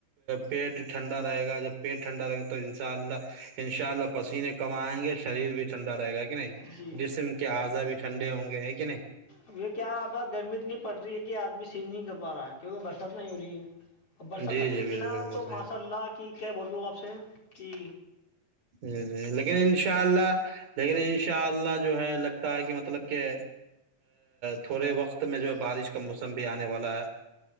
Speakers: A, on the right; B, on the left.
A: پیٹ ٹھڈ رہے گا جب پیٹ ٹھڈا رہ گا تو ان شاء اللہ ان شاء اللہ پسینے کمائیں گے شریر بھی ٹھنڈا رہ گا نہیں
B: جی
A: ڈسم کیا آ جا بھی ٹھنے ہوں گے ہے کیا نہیں
B: اب یہ کیا اب گرمی اتنی پڑ رہی ہے کہ آدمی سن نہیں کر پا رہا ہے کیونکہ برسات نہیں ہو رہی ہے ا برسات
A: جی
B: آتی
A: جی
B: رہتی
A: بالکل
B: نا تو
A: صحیح
B: ماشاء اللہ کہ کیا بول رہوں آپ سے جی
A: ج لیکن ان شاء اللہ لیکن ان شاء اللہ جو ہے لگتا ہے کہ مطلب کہ تھوڑے وقت میں جو ہے بارش کا موسم بھی آنے والا ل